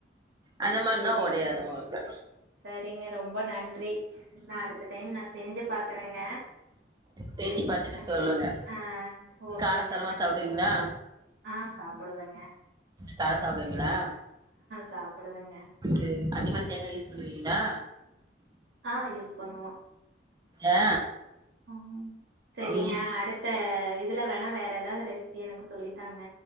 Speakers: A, on the right; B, on the right.
A: அந்த மார்னா
B: சரிங்க
A: ஒடையாது உங்கள்க்கு
B: சரிங்க ரொம்ப நன்றி நா அடுத்த டைம் நா செஞ்சு பாக்றேங்க
A: செஞ்சு பாத்துட்டு
B: நன்றி
A: சொல்லுங்க
B: அ ஓகேங்க
A: காரசாரமா
B: நன்றி
A: சாப்டுவீங்களா
B: ஆ சாப்டுவேங்க
A: காரோ சாப்டுவீங்ளா
B: சாப்புடுவேங்க
A: அது அதிகமா தேங்கா யூஸ் பண்ணு வீங்லா
B: ஆ யூஸ் பண்ணுவோ
A: ஆ
B: ஆம் செரிங்க
A: ம்
B: அடுத்த இதுல வேணா வேற எதாது ரெசி எனக்கு சொல்லித்தாங்க